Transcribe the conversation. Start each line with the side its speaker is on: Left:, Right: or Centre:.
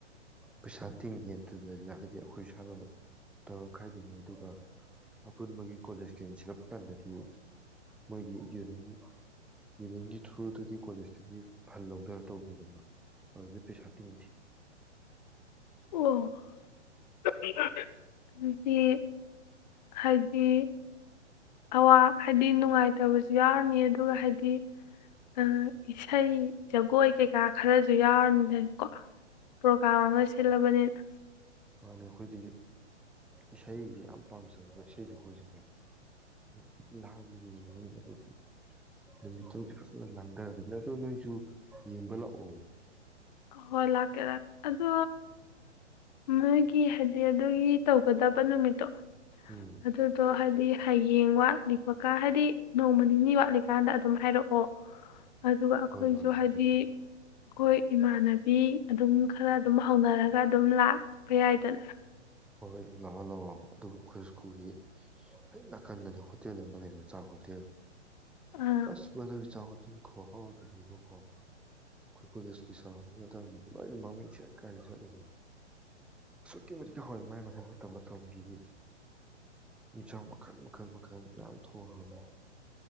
Centre: ꯄꯩꯁꯥ ꯇꯤꯡꯉꯦ ꯑꯗꯨꯗ ꯍꯥꯏꯗꯤ ꯑꯈꯣꯏ ꯁꯥꯟꯅꯕ ꯇꯧꯔ ꯈꯥꯏꯗꯣꯏꯅꯦ ꯑꯗꯨꯒ ꯑꯄꯨꯟꯕꯒꯤ ꯀꯣꯂꯦꯖꯀꯤ ꯑꯣꯏꯅ ꯁꯤꯜꯂꯛꯄ ꯀꯥꯟꯗꯗꯤ ꯃꯣꯏꯒꯤ ꯌꯨꯅꯤꯌꯟ ꯌꯨꯅꯤꯌꯟꯒꯤ ꯊ꯭ꯔꯨꯗꯒꯤ ꯀꯣꯂꯦꯖꯇꯒꯤ ꯐꯟ ꯂꯧꯗꯔ ꯇꯧꯗꯣꯏꯅꯦꯕ ꯑꯗꯨꯗꯤ ꯄꯩꯁꯥ ꯇꯤꯡꯗꯦ꯫
Left: ꯎ <unintelligible> ꯍꯥꯏꯗꯤ ꯑꯋꯥ ꯍꯥꯏꯗꯤ ꯅꯨꯡꯉꯥꯏꯇꯕꯁꯨ ꯌꯥꯎꯔꯅꯤ ꯑꯗꯨꯒ ꯍꯥꯏꯗꯤ ꯑ ꯏꯁꯩ ꯖꯒꯣꯏ ꯀꯩꯀꯥ ꯈꯔꯖꯨ ꯌꯥꯎꯔꯅꯤꯗꯀꯣ꯫ ꯄ꯭ꯔꯣꯒꯥꯝ ꯑꯃ ꯁꯤꯜꯂꯕꯅꯤꯅ
Centre: ꯃꯥꯅ ꯑꯈꯣꯏꯗꯤ ꯏꯁꯩꯖꯦ ꯌꯥꯝ ꯄꯥꯝꯖꯕ ꯏꯁꯩ ꯁꯛꯄ ꯑꯣꯢꯖꯨ ꯀꯣ ꯑꯗꯨ ꯂꯥꯡꯕꯒ ꯌꯦꯡꯅ <unintelligible> ꯑꯈꯣꯏꯗꯤ ꯅꯨꯃꯤꯠꯇꯣ ꯐꯖꯅ ꯂꯥꯡꯗꯔꯗꯕꯅꯦ ꯑꯗꯣ ꯅꯣꯏꯖꯨ ꯌꯦꯡꯕ ꯂꯥꯛꯑꯣ꯫
Left: ꯍ ꯍꯣꯏ ꯂꯥꯛꯀꯦ ꯂꯥꯛꯀꯦ ꯑꯗꯣ ꯅꯣꯏꯒꯤ ꯍꯥꯏꯗꯤ ꯑꯗꯨꯒꯤ ꯇꯧꯒꯗꯕ ꯅꯨꯃꯤꯠꯇꯣ
Centre: ꯎꯝ
Left: ꯑꯗꯨ ꯇꯣ ꯍꯥꯏꯗꯤ ꯍꯌꯦꯡ ꯋꯥꯠꯂꯤꯄꯀꯥ ꯍꯥꯏꯗꯤ ꯅꯣꯡꯃ ꯅꯤꯅꯤ ꯋꯥꯠꯂꯤꯀꯥꯟꯗ ꯑꯗꯨꯝ ꯍꯥꯏꯔꯛꯑꯣ ꯑꯗꯨꯒ ꯑꯩꯈꯣꯏꯅꯁꯨ
Centre: ꯍꯣꯏ ꯍꯣꯏ
Left: ꯍꯥꯏꯗꯤ
Centre: ꯍꯥꯏꯔꯛꯀꯦ
Left: ꯀꯣꯏ ꯏꯃꯥꯟ ꯕꯤ ꯑꯗꯨꯝ ꯈꯔ ꯑꯗꯨꯝ ꯍꯧꯅꯔ <unintelligible> ꯑꯗꯨꯝ ꯂꯥꯛꯄ ꯌꯥꯏꯗꯅ꯫
Centre: ꯍꯣꯏ ꯂꯥꯛꯑꯣ ꯂꯥꯛꯑꯣ ꯑꯗꯨꯒꯕꯨ ꯈꯣꯢ ꯁ꯭ꯀꯨꯜꯒꯤ ꯍꯦꯛ ꯅꯥꯀꯟꯗꯅꯦ ꯍꯣꯇꯦꯜ ꯑꯃ ꯂꯩꯕ ꯆꯥꯛ ꯍꯣꯇꯦꯜ꯫
Left: ꯑꯥ
Centre: ꯑꯁ ꯃꯗꯨ ꯆꯥ ꯑꯗꯨꯣ ꯍꯥꯎꯗꯣꯏꯕꯀꯣ ꯑꯩꯈꯣꯏ ꯀꯣꯂꯦꯖꯀꯤ ꯁꯔꯥꯎꯟꯗꯤꯡ ꯑꯗꯨ ꯂꯣꯏꯅ ꯃꯃꯤꯡ ꯁꯦꯠ ꯀꯥꯏꯅ ꯆꯠꯅꯤꯡꯉꯦ ꯑꯁꯨꯛꯀꯤ ꯃꯇꯛ ꯍꯣꯏ ꯃꯥꯏ ꯃꯥꯏꯩ ꯃꯇꯝ ꯃꯇꯝꯒꯤ ꯌꯦꯟꯁꯥꯡ ꯃꯈꯜ ꯃꯈꯜ ꯃꯈꯜ ꯃꯌꯥꯝ ꯊꯣꯡꯉꯦ